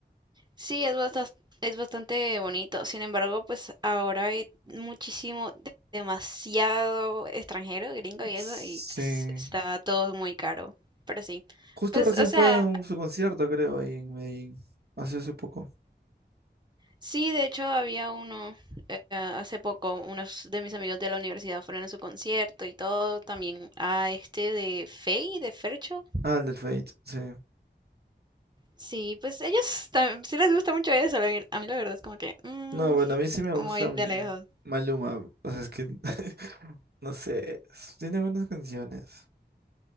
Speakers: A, on the right; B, on the right.
A: Sí, es bastante, es bastante bonito. Sin embargo, pues ahora hay muchísimo, de- demasiado extranjero, gringo y
B: Sí.
A: eso, y pues, está todo muy caro. Pero sí.
B: Justo
A: Pues,
B: recién
A: o sea,
B: fue a un, su concierto, creo, ahí en Medellín. Hace hace poco.
A: sí, de hecho había uno eh, hace poco, unos de mis amigos de la universidad fueron a su concierto y todo, también a este de Fey, de Fercho.
B: Ah, el del Fate, sí.
A: Sí, pues ellos tam- sí les gusta mucho eso, la ver- a mí la verdad es como que mm,
B: No, bueno, a mí sí me gusta
A: muy
B: mm,
A: de lejos.
B: Maluma. O sea, es que, <laughs> no sé, es- tiene buenas canciones.